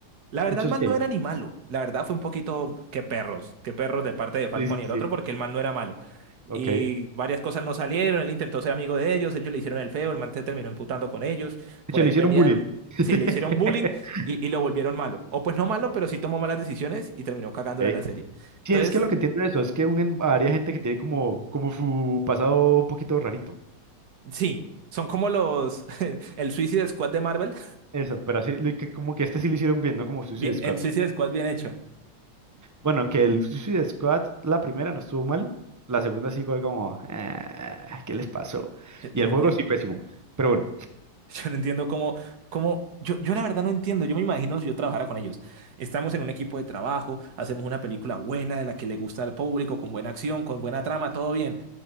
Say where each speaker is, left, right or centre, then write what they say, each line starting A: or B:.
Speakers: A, on the right; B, on the right.
A: La verdad,
B: Muchos
A: el man
B: gays.
A: no era ni malo. La verdad fue un poquito que perros, que perros de parte de Falcon
B: Sí, sí,
A: y el
B: sí.
A: otro, porque el man no era malo. Y
B: Ok. De
A: varias cosas no salieron, él intentó ser amigo de ellos, ellos le hicieron el feo, el man se terminó emputando con ellos,
B: hecho,
A: por ahí
B: le
A: pelearon.
B: hicieron bullying. <laughs>
A: Sí, le hicieron bullying y, y lo volvieron malo. O pues no malo, pero sí tomó malas decisiones y terminó cagándola
B: Ok.
A: en la serie.
B: Sí,
A: Entonces,
B: es que lo que entiendo de eso es que unen a varias gente que tiene como, como su pasado un poquito rarito.
A: sí, son como los... <laughs> el Suicide Squad de Marvel.
B: Eso, pero así, le- que como que este sí lo hicieron bien, ¿no? Como Suicide
A: Bien,
B: Squad.
A: el Suicide Squad bien hecho.
B: Bueno, aunque el Suicide Squad, la primera no estuvo mal, la segunda sí fue como, "Ah, ¿qué les pasó?
A: Yo,
B: Y
A: yo
B: el
A: no
B: juego
A: entiendo.
B: sí pésimo. Pero bueno,
A: <laughs> Yo no entiendo cómo, cómo, yo, yo la verdad no entiendo, yo me imagino si yo trabajara con ellos. Estamos en un equipo de trabajo, hacemos una película buena, de la que le gusta al público, con buena acción, con buena trama, todo bien.